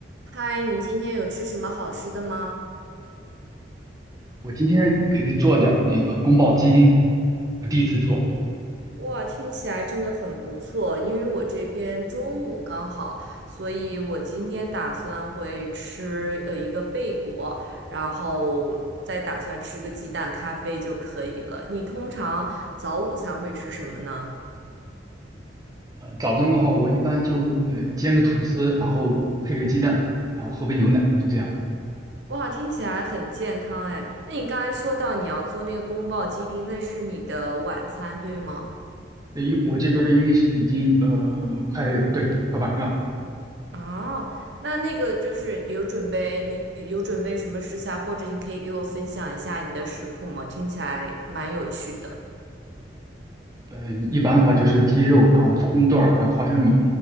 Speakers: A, on the right (about 65°); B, on the right (about 20°).
A: 嗨，你今天有吃什么好吃的吗？
B: 我今天给做点儿那个宫保鸡丁，我第一次做。
A: 哇，听起来真的很不错，因为我这边中午刚好，所以我今天打算会吃呃一个贝果，然后再打算吃个鸡蛋咖啡就可以了。你通常早午餐会吃什么呢？
B: 呃，早上的话，我一般就呃煎个吐司，然后配个鸡蛋，然后喝杯牛奶，就这样。
A: 哇，听起来很健康哎。那你刚才说到你要做那个宫保鸡丁，那是你的晚餐，对吗？
B: 呃因我这边儿因为是已经呃快对快晚上，
A: 哦，那那个就是有准备，你有准备什么食材，或者你可以给我分享一下你的食谱吗？听起来蛮有趣的。
B: 呃一般的话就是鸡肉，然后葱段儿，还有花生米，